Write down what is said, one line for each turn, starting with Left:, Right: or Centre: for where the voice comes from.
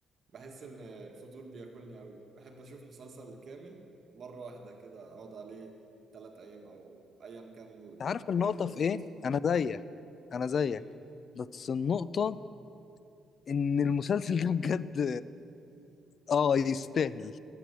Right: بحس ان الفضول بياكلني قوي بحب اشوف مسلسل كامل مره واحده كده اقعد عليه ثلاث ايام او ايا كان
Left: أنت عارف النقطة
Right: الايام اللي أنا
Left: في
Right: فاضي
Left: إيه؟ أنا زيك أنا زيك
Right: امم
Left: بس النقطة إن المسلسل <laughs> ده بجد آه آه، يستاهل